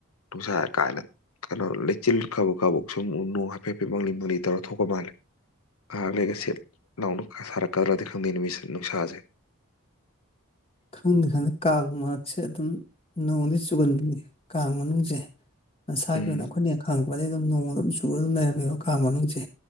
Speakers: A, on the left; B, on the left.
A: ꯅꯨꯡꯁꯥ ꯀꯥꯅ ꯀꯩꯅꯣ ꯂꯩꯆꯤꯜ ꯀꯕꯛ ꯀꯕꯛ ꯁꯨꯝ ꯅꯣꯡ ꯍꯥꯏꯐꯦꯠꯐꯦꯠ ꯃꯪꯂꯤ ꯃꯪꯂꯤ ꯇꯧꯔ ꯊꯣꯛꯄ ꯃꯥꯜꯂꯦ ꯉꯥꯍꯛ ꯂꯩꯒ ꯁꯦꯠ ꯂꯥꯎꯅ ꯁꯥꯔꯛꯀꯗ꯭ꯔꯥꯗꯤ ꯈꯪꯗꯦ ꯅꯨꯃꯤꯠꯁꯤ ꯅꯨꯡꯁꯥꯖꯦ
B: ꯈꯪꯗꯦ ꯈꯪꯗꯦ ꯀꯥꯡ ꯃꯔꯛꯁꯦ ꯑꯗꯨꯝ ꯅꯣꯡꯗꯤ ꯆꯨꯒꯟꯕꯅꯤ ꯀꯥꯡ ꯃꯅꯨꯡꯖꯦ ꯉꯁꯥꯒꯤ
A: ꯎꯝ
B: ꯑꯣꯏꯅ ꯑꯈꯣꯏꯅ ꯍꯦꯛ ꯈꯪꯉꯛꯄꯗꯩ ꯗꯨꯝ ꯅꯣꯡ ꯑꯗꯨꯝ ꯆꯨꯔ ꯑꯗꯨꯝ ꯂꯩꯔꯝꯃꯦꯕ ꯀꯥꯡ ꯃꯅꯨꯡꯖꯦ